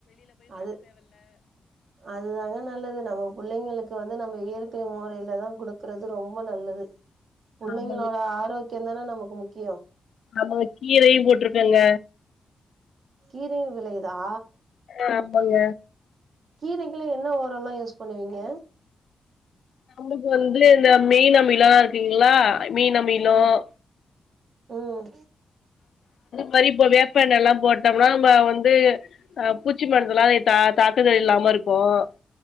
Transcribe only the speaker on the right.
அது அதுதாங்க நல்லது நம்ம பிள்ளைங்களுக்கு வந்து நம்ம இயற்கை முறையில தான் கொடுக்கறது ரொம்ப நல்லது பிள்ளைங்களோட
ஆரோக்கிய ஆரோக்கியந்தானா நமக்கு முக்கியம்
கீரை விலையுதா
கீரைகளை என்ன ஓரம்ல்லாம் யூஸ் பண்ணுவீங்க
ம் ம்